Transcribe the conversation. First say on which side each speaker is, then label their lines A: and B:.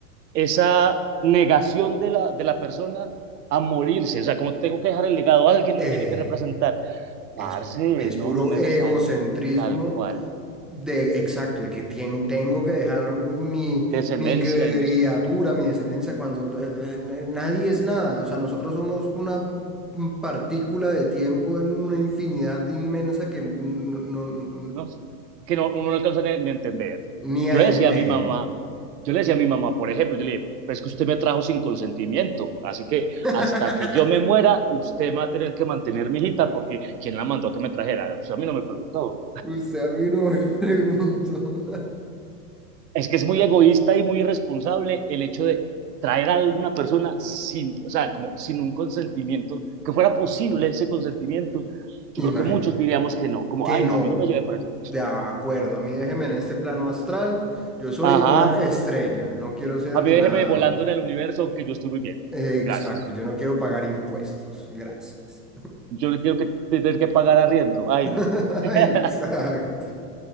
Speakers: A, on the right; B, in the centre.
A: esa negación de la, de la persona a morirse. O sea, como tengo que dejar el legado, alguien
B: eh,
A: me tiene que representar. Parce,
B: es, es
A: no,
B: puro
A: no es necesario.
B: egocentrismo
A: Tal cual.
B: De, exacto, de que tien- tengo que dejar mi,
A: Descendencia
B: mi criatura,
A: y no sé
B: mi descendencia, cuando eh, eh, nadie es nada. O sea, nosotros somos una partícula de tiempo en una infinidad inmensa que no, no- no-
A: no sé, que no, uno no alcanza ni, ni a entender.
B: ni a
A: Yo le decía
B: entender.
A: a mi mamá, yo le decía a mi mamá, por ejemplo, yo le dije, "Pues es que usted me trajo sin consentimiento, así que
B: <laughs>
A: hasta que yo me muera, usted va a tener que mantener mi hijita porque quién la mandó a que me trajera, o sea, a mí no me preguntó.
B: Usted a mí no me preguntó.
A: Es que es muy
B: <laughs>
A: egoísta y muy irresponsable el hecho de traer a una persona sin, o sea, como sin un consentimiento, que fuera posible ese consentimiento. Yo
B: Imagínense
A: creo que muchos diríamos que no, como,
B: que
A: ay,
B: no.
A: no, a mí no me llevé por allá.
B: De acuerdo, a mí déjeme en este plano astral. Yo soy
A: Ajá,
B: una estrella, no quiero ser
A: A mí
B: nada
A: déjeme volando
B: más.
A: en el universo que yo estoy muy bien.
B: Exacto,
A: Gracias.
B: yo no quiero pagar impuestos, gracias.
A: Yo no quiero que tener que pagar arriendo. Ay,
B: <laughs>
A: no. <laughs>
B: Exacto.